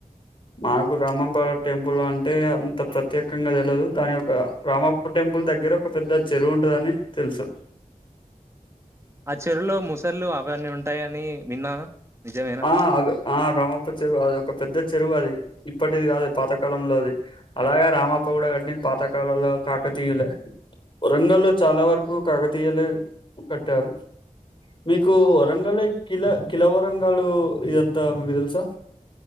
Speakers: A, on the left; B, on the right.
A: మాకు రామప్ప టెంపుల్ అంటే అంత ప్రత్యేకంగా తెలియదు దాని యొక్క రామప్ప టెంపుల్ దగ్గర ఒక పెద్ద చెరువు ఉంటదని తెలుసు
B: ఆ చెరులో ముసళ్ళు ఆ ఇవన్నీ ఉంటాయని విన్నాను నిజమేనా
A: ఆ అ రమ అప్ప చెరువు అది ఒక పెద్ద చెరువు అది ఇప్పటిది కాదు పాతకాలంలో అది అలాగే రామప్ప కూడా కట్టినది పాతకాలంలో కాకతీయులే వరంగ లో చాలా వరకు కాకతీయులే కట్టారు మీకు వరంగల్ కిల కిలవర బంగాళ ఇదంతా మీకు తెలుసా